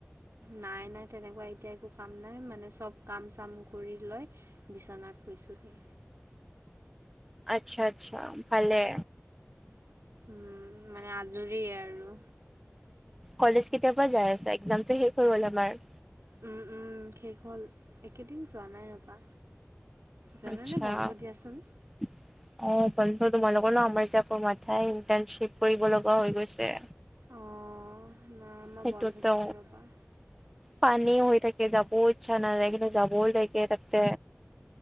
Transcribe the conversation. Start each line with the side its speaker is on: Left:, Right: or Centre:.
Right: নাই-নাই, তেনেকুৱা এতিয়া একো কাম নাই মানে চব কাম চাম কৰি লয় বিচনাত শুইছোঁহি।
Centre: আচ্ছা-আচ্ছা ভালে।
Right: উম, মানে আজৰিয়ে আৰু।
Centre: কলেজ কেতিয়াৰ পৰা যাই আছা, একজামত শেষ হৈ গল আমাৰ?
Right: উম উম, শেষ হ'ল একেদিন যোৱা নাই ৰবা। জানানে
Centre: আচ্ছা।
Right: বন্ধ
Centre: অ',
Right: দিয়াচোন
Centre: বন্ধ তোমালোকৰ ন আমাৰ যে আকৌ মাথাই ইণ্টাৰ্ণশ্বিপ কৰিব লগা হৈ গৈছে।
Right: অ', নাই আমাৰ
Centre: সেইটোতো
Right: বন্ধ দিছো ৰবা।
Centre: পানী হৈ থাকে যাব ইচ্ছা নাযায় কিন্তু যাবও লাগে তাতে।